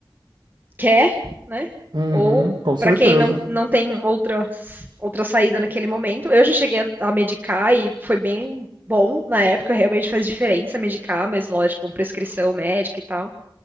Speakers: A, on the right; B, on the right.
A: quer, né?
B: Uhum,
A: Ou
B: com certeza.
A: para quem não, não tem outra, outra saída naquele momento. Eu já cheguei a, a medicar e foi bem bom na época, realmente faz diferença medicar, mas lógico, com prescrição médica e tal.